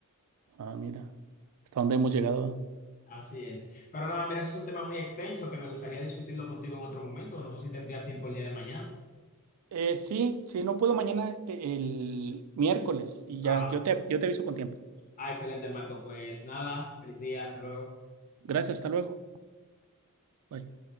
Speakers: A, on the right; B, on the left.
A: Ah, mira, hasta dónde hemos llegado.
B: Así es. Pero nada, mira, eso es un tema muy extenso que me gustaría discutirlo contigo en otro momento. No sé si tendrías tiempo el día de mañana.
A: Eh, sí, si no puedo mañana, te- el miércoles y
B: Ah,
A: ya, yo te, yo te aviso con tiempo.
B: ah, excelente, Marco. Pues nada, feliz día, hasta luego.
A: Gracias, hasta luego. Bye.